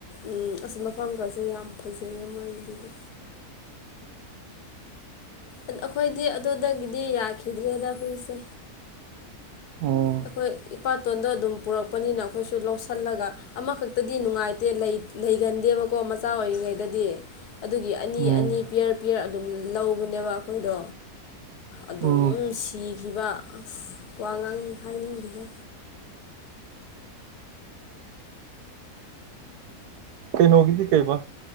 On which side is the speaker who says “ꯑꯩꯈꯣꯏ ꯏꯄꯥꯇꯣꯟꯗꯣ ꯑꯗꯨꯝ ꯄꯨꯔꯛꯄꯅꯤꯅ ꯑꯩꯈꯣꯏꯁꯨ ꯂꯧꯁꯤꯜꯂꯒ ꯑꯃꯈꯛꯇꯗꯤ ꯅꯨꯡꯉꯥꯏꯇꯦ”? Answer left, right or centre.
Left